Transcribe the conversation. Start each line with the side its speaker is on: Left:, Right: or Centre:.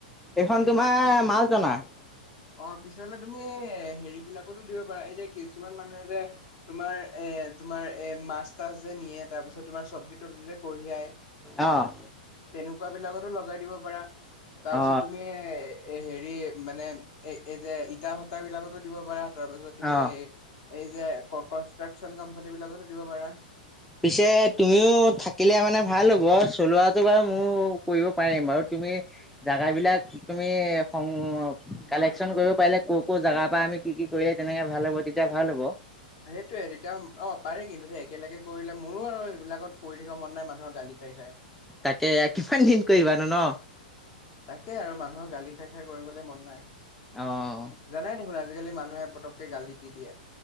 Centre: এইখন তোমাৰ মাল টনাৰ।
Left: অ', পিছলে তুমি হেৰি বিলাকতো দিব পাৰা এই যে কিছুমান মানুহে যে তোমাৰ এ এ তোমাৰ এ মাছ তাছ যে নিয়ে তাৰ পিছত তোমাৰ চব্জি তব্জি যে কঢ়িয়াই
Centre: অ'।
Left: তেনেকুৱা বিলাকতো লগাই দিব পাৰা, তাৰপিছত
Centre: অ
Left: তুমি হেৰি মানে এই, এই, যে, ইটাৰভাটা বিলাকতো দিব পাৰা, তাৰপাছত তুমি
Centre: অ
Left: এই যে, ককচ <unintelligible> কোম্পানী বিলাকতো দিব পাৰা।
Centre: পিছে তুমিও থাকিলে মানে ভাল হ'ব, চলোৱাটো বাৰু মোৰ কৰিব পাৰিম বাৰু। তুমি জাগাবিলাক তুমি সং-কালেকচন কৰিব পাৰিলে, ক', ক' জাগাৰ পৰা আমি তুমি কি কি কৰিলে তেনেকে ভাল হ'ব তেতিয়া ভাল হ'ব।
Left: সেইটোয়ে তেতিয়া অ', পাৰি কিন্তু একেলগে কৰিলে মোৰো আৰু এইবিলাকত কৰি থাকিব মন নাই মানুহৰ গালি খাই, খাই।
Centre: তাকে, কিমান দিন কৰিবানো ন?
Left: তাকে আৰু মানুহৰ গালি খাই খাই কৰিবলৈ মন নাই।
Centre: অ'।
Left: জানাই দেখোন আজিকালি মানুহে পতককে গালি দি দিয়ে।